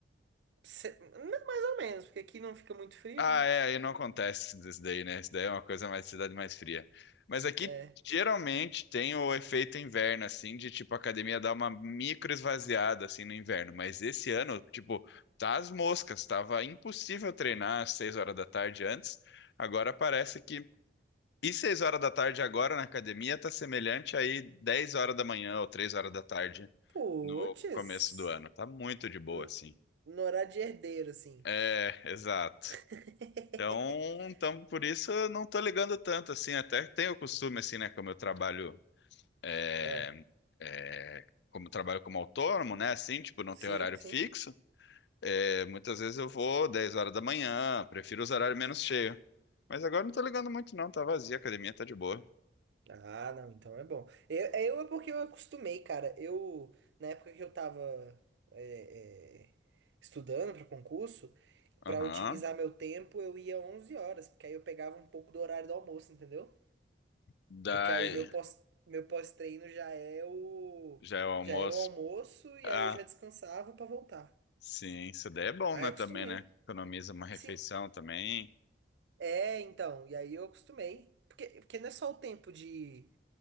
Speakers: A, on the right; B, on the left.
A: Se- não, mais ou menos, porque aqui não fica muito frio,
B: Ah,
A: né?
B: é, aí não acontece isso daí, né? Isso daí é uma coisa mais cidade mais fria. Mas aqui
A: É.
B: geralmente tem o efeito inverno, assim, de tipo a academia dar uma micro esvaziada assim no inverno. Mas esse ano, tipo, tá as moscas, tava impossível treinar às seis horas da tarde antes. Agora parece que. E seis horas da tarde agora na academia tá semelhante aí 10 horas da manhã ou três horas da tarde
A: Puts.
B: no começo do ano. Tá muito de boa,
A: N-
B: assim.
A: No horário de herdeiro, assim.
B: É, exato.
A: <laughs>
B: Então, então, por isso eu não tô ligando tanto, assim, até tenho o costume, assim, né, como eu trabalho, é,
A: Ah,
B: é, como eu trabalho como autônomo, né, assim, tipo, não
A: sim,
B: tem horário
A: sim.
B: fixo, é, muitas vezes eu vou 10 horas da manhã, prefiro os horários menos cheios. Mas agora não tô ligando muito não, tá vazia, a academia tá de boa.
A: Ah, não, então é bom. Eu, eu é porque eu acostumei, cara. Eu, na época que eu tava é, é, estudando para concurso, para
B: Aham,
A: otimizar meu tempo, eu ia 11 horas, porque aí eu pegava um pouco do horário do almoço, entendeu?
B: Daí,
A: Porque aí o meu pós, meu pós-treino já é o.
B: já é o almoço.
A: Já era o almoço e
B: Ah,
A: aí eu já descansava pra voltar.
B: sim, isso daí é bom,
A: Aí
B: né,
A: eu acostumei.
B: também, né, economiza uma refeição
A: Sim.
B: também,
A: É, então. E aí eu acostumei. Porque, porque não é só o tempo de,